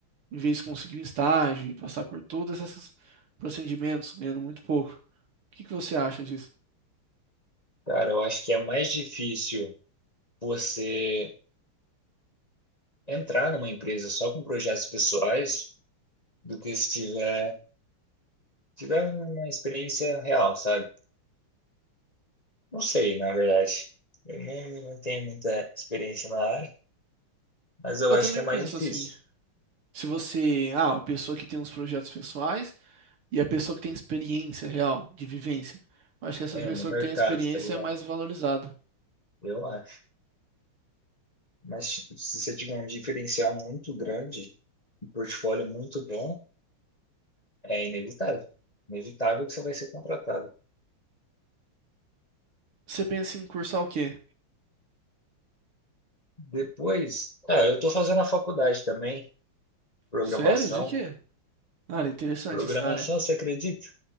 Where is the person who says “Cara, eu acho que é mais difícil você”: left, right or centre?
Left